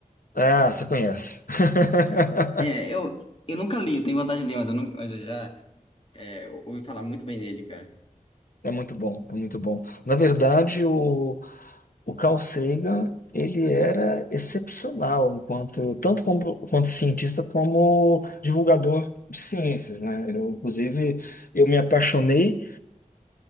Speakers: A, on the left; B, on the left.
A: Ah, você conhece. <laughs>
B: É, É, eu, eu nunca li, eu tenho vontade de ler, mas eu, não, mas eu já é, ouvi falar muito bem dele, cara.
A: É muito bom, é muito bom. Na verdade, o, o Carl Sagan, ele era excepcional enquanto tanto como, quanto cientista como divulgador de ciências, né? Eu, inclusive, eu me apaixonei